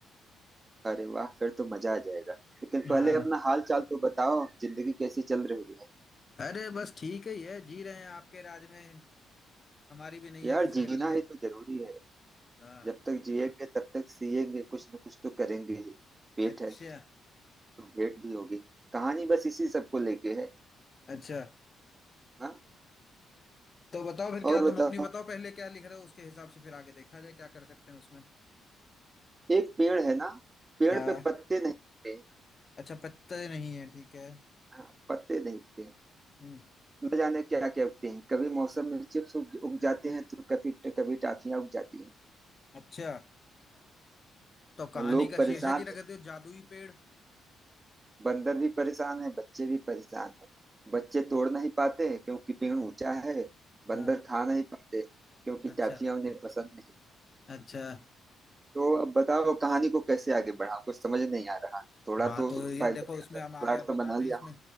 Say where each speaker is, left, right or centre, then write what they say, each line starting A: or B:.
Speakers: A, on the right (about 25°); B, on the left (about 35°).
A: अरे वाह फिर तो मजा आ जाएगा लेकिन
B: हाँ
A: पहले अपना हाल चाल तो बताओ जिंदगी कैसी चल रही है
B: अरे बस ठीक ही है जी रहे हैं आपके राज में हमारी भी नैया
A: यार
B: खिसक
A: जीना
B: रही है
A: ही तो जरूरी है
B: हाँ
A: जब तक जिएंगे तब तक सिएंगे कुछ न कुछ तो करेंगे ही पेट
B: अच्छा
A: है तो भेंट भी होगी कहानी बस इसी सबको लेके है
B: अच्छा
A: हाँ
B: तो बताओ फिर क्या
A: और बताओ
B: तुम अपनी बताओ पहले क्या लिख रहे हो उसके हिसाब से फिर आगे देखा जाए क्या कर सकते हैं उसमें
A: एक पेड़ है ना पेड़
B: हाँ
A: पे पत्ते नहीं होते
B: अच्छा पत्ते नहीं है ठीक है
A: हाँ, पत्ते नहीं होते
B: हम्म
A: न जाने क्या क्या उगते हैं कभी मौसम में चिप्स उग, उग जाते हैं तो कभी कभी टाफियां उग जाती हैं
B: अच्छा तो कहानी
A: और लोग
B: का
A: परेशान
B: शीर्षक ही रख देते हो जादुई पेड़
A: बंदर भी परेशान है बच्चे भी परेशान है बच्चे
B: अच्छा
A: तोड़ नहीं पाते क्योंकि पेड़
B: हाँ
A: ऊंचा है बंदर
B: हाँ
A: खा नहीं पाते क्योंकि
B: अच्छा
A: टाफियां उन्हें पसंद नहीं
B: अच्छा
A: तो अब बताओ कहानी को कैसे आगे बढ़ाऊं कुछ समझ नहीं आ रहा थोड़ा
B: हाँ
A: तो
B: तो ये
A: पहले
B: देखो इसमें
A: प्लाट
B: हम आगे अब बताते
A: तो बना लिया
B: हैं इसमें
A: हूँ